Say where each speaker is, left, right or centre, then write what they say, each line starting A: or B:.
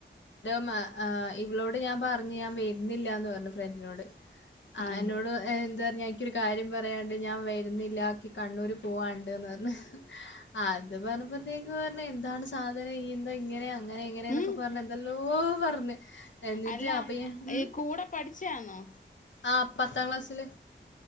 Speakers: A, on the left; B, on the left.
A: മ് ഏ ഇവളോട് ഞാൻ പറഞ്ഞു ഞാൻ വീ ഇന്നില്ലാന്ന് പറഞ്ഞു ഫ്രണ്ടിനോട്. ആഹ്
B: ഉം
A: എന്നോട് എ എന്ത് പർഞ്ഞേ? ഇക്ക്യൊരു കാര്യം പറയാൻണ്ട് ഞാൻ വരുന്നില്ലാ ഇക്ക്യ് കണ്ണൂർ പോവാൻണ്ട്ന്ന് പർഞ്ഞ്. അത് പറഞ്ഞപ്പത്തേക്ക് പറഞ്ഞ് എന്താണ് സാധനം ഇ ത് ഇങ്ങനെയാന്ന് അങ്ങനയിങ്ങനെന്നൊക്കെ
B: ഉം
A: പറഞ്ഞ് എന്തെ ഓ പറഞ്ഞു എന്നിട്ട്
B: അല്ല
A: അപ്പ ഇ ഉം
B: ഈ കൂടെ പഠിച്ചയാന്നോ
A: ആ പത്താം ക്ലാസ്സില്